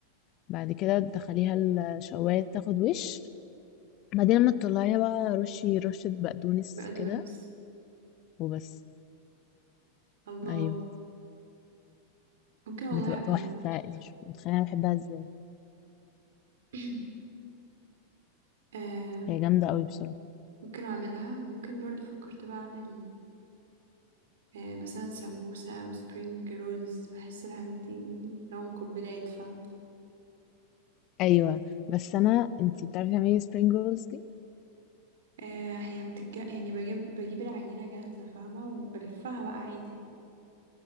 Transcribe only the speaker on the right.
بقدونس
الله
ممكن والله
اعملها
برضو
<coughs> <clears throat> آه
ممكن اعملها وممكن برضو فكرت بقى اعمل آه مثلا سمبوسة او سبرينج رولز بحس الحاجات دي لو مقبلات فاهمة
آه هي بتج يعني بجيب بجيب العجينة جاهزة فاهمة وبلفها بقى عادي